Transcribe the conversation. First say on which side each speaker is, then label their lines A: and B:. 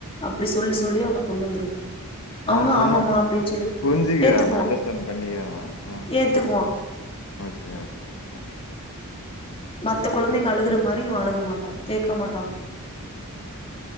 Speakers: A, on the left; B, on the left.
A: அப்டி சொல்லி
B: ம்
A: சொல்லி அவனை கொண்டு வந்துருவேன் அவனும்
B: அவன் சொன்னா
A: ஆமம்மா அப்டின்னு சொல்லிட்டு
B: புரிஞ்சுக்கிறானா
A: ஏத்துக்குவான்
B: அண்டர்ஸ்டாண்ட் பண்ணிக்கிறானா ஆ
A: ஏத்துக்குவான்
B: ஓகே ஓகே அக்கா
A: மத்த கொழந்தைக்கு அழுகுற மாரி இவன் அழுக மாட்டான் கேட்க மாட்டான்